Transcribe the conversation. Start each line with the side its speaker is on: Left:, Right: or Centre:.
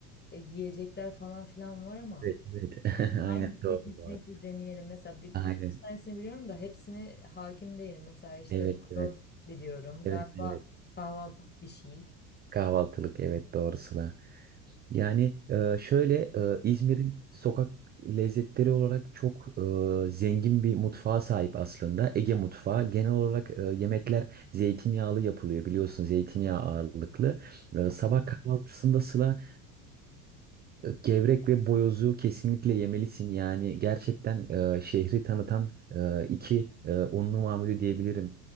Left: e, yiyecekler falan filan var ama
Right: Evet, evet.
Left: Yani
Right: <laughs> Aynen
Left: hangisini
Right: doğru.
Left: kesinlikle
Right: doğru.
Left: deneyelim. Mesela bir,
Right: Aynen.
Left: bir tanesini biliyorum da hepsini hakim değilim. Mesela işte
Right: Evet,
Left: baros
Right: evet.
Left: biliyorum.
Right: Evet,
Left: Galiba
Right: evet.
Left: kahvaltılık bir şey.
Right: Kahvaltılık evet doğrusuna. Yani e, şöyle e, İzmir'in sokak lezzetleri olarak çok e, zengin bir mutfağa sahip aslında. Ege mutfağı. Genel olarak e, yemekler zeytinyağlı yapılıyor biliyorsun zeytinyağı ağırlıklı. E,
Left: Hı.
Right: sabah kahvaltısında Sıla e, gevrek ve boyozu kesinlikle yemelisin. Yani gerçekten e, şehri tanıtan e, iki e, unlu mamulü diyebilirim.